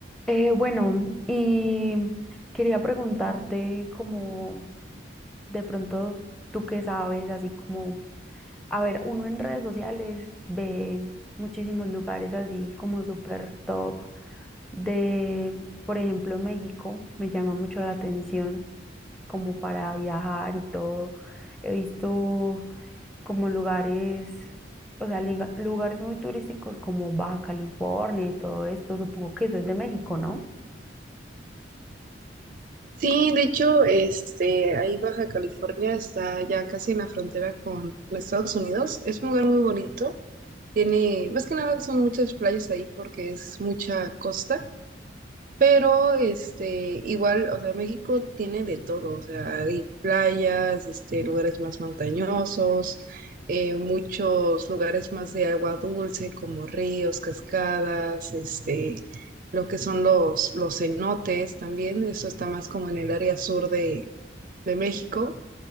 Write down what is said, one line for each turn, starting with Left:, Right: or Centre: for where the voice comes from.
Centre: Eh, bueno, y quería preguntarte como de pronto tú qué sabes, así como, a ver, uno en redes sociales ve muchísimos lugares así como súper top de, por ejemplo, México, me llama mucho la atención como para viajar y todo. He visto como lugares, o sea, liga- lugares muy turísticos como Baja California y todo esto, supongo que eso es de México, ¿no?
Right: Sí, de hecho, este, ahí Baja California está ya casi en la frontera con con Estados Unidos. Es un lugar muy bonito. Tiene, más que nada son muchas playas ahí porque es mucha costa. Pero, este, igual, o sea, México tiene de todo, o sea, hay playas, este, lugares más montañosos, eh, muchos lugares más de agua dulce, como ríos, cascadas, este, lo que son los, los cenotes también, eso está más como en el área sur de, de México.